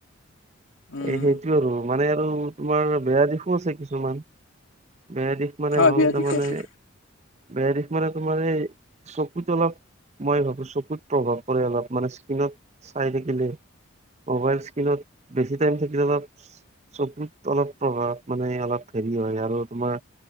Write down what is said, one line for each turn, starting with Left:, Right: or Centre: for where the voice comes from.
Left: উম
Right: এ সেইটো আৰু মানে আৰু তোমাৰ বেয়া দিশো আছে কিছুমান। বেয়া দিশ মানে
Left: হয়
Right: হ'ল,
Left: বিৰাট
Right: তাৰমানে
Left: বিষয় আছে
Right: বেয়া দিশ মানে তোমাৰ এই চকুত অলপ, মই ভাবোঁ চকুত প্ৰভাৱ পৰে অলপ মানে স্কিনত চাই থাকিলে, মোবাইল স্কিনত বেছি থাকিলে অলপ চকুত অলপ প্ৰভাৱ মানে অলপ হেৰি হয়, আৰু তোমাৰ